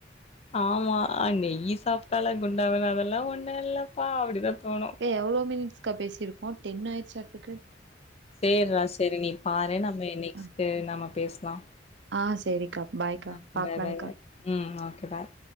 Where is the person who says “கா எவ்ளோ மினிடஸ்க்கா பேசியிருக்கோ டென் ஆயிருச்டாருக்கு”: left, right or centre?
Right